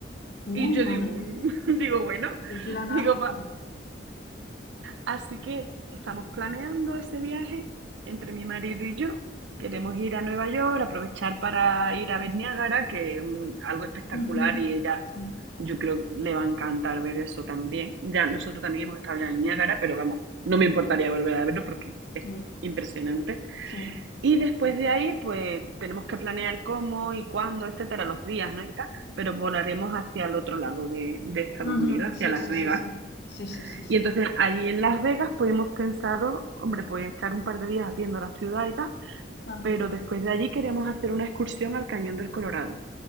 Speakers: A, on the left (about 60°); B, on the right (about 70°).
A: Uy,
B: Y yo
A: madre
B: digo, <laughs>
A: mía,
B: digo, bueno,
A: qué planazo.
B: digo, Así que estamos planeando ese viaje entre mi marido y yo. Queremos ir a Nueva York, aprovechar para ir a ver Niágara, que es un- algo espectacular
A: Ujú,
B: y ella,
A: Sí,
B: yo creo, le va a encantar ver eso también. Ya nosotros también hemos estado ya en Niágara, pero vamos, no me importaría volver a verlo porque es
A: sí,
B: impresionante.
A: sí.
B: Y después de ahí, pues tenemos que planear cómo y cuándo, etcétera, los días, ¿no? Y tal, pero volaremos hacia el otro lado de, de Estados
A: Ujú,
B: Unidos,
A: Sí,
B: hacia Las
A: sí,
B: Vegas
A: sí, sí. Sí, sí, sí, sí.
B: y entonces allí en Las Vegas pues hemos pensado, hombre, pues estar un par de días viendo la ciudad y tal,
A: Ah,
B: pero después de allí queremos hacer una excursión al Cañón del Colorado.